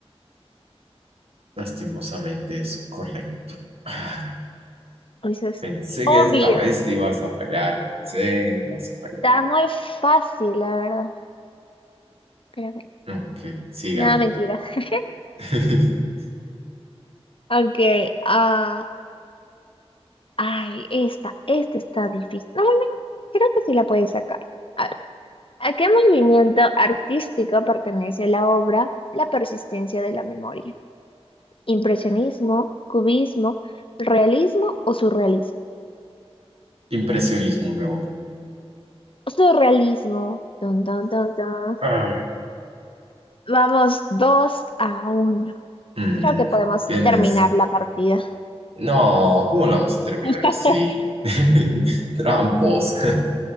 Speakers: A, on the right (about 65°); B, on the left (about 55°).
A: Lastimosamente es correcto. Ah,
B: Eso es
A: Pensé
B: obvio.
A: que esta vez te ibas a fallar. Pensé que ibas a fallar.
B: está muy fácil, la verdad. Pero bueno,
A: Ok, sigamos.
B: nada, mentira. <laughs>
A: <laughs>
B: Ok, ah, ay, esta, esta está difícil. No, bueno, creo que sí la puedes sacar. A ver, ¿a qué movimiento artístico pertenece la obra La persistencia de la memoria? Impresionismo, cubismo, realismo o surrealismo.
A: Impresionismo, me voy.
B: Surrealismo. Dun, dun, dun, dun.
A: Ah,
B: Vamos dos a uno.
A: mm,
B: Creo que podemos
A: tienes.
B: terminar la partida.
A: No, ¿cómo la vamos a terminar?
B: <laughs>
A: Sí. <laughs> Trampos. <laughs>